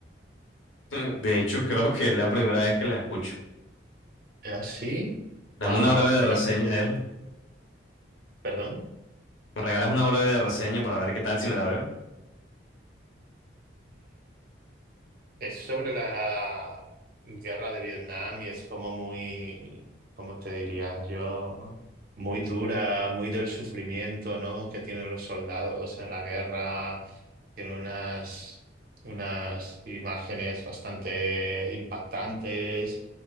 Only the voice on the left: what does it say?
<laughs> De hecho, creo que es la primera vez que la escucho.
Dame
una breve
reseña,
a ver.
¿Me regalas una breve reseña para ver qué tal si me la veo?